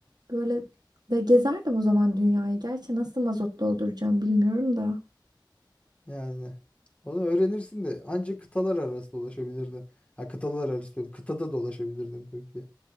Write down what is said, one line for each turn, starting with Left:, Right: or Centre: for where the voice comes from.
Right: böyle de gezerdim o zaman dünyayı. Gerçi nasıl mazot dolduracağım bilmiyorum da.
Left: Yani onu öğrenirsin de ancak kıtalar arası dolaşabilirdin. Ha kıtalar arası diyorum. Kıtada dolaşabilirdin çünkü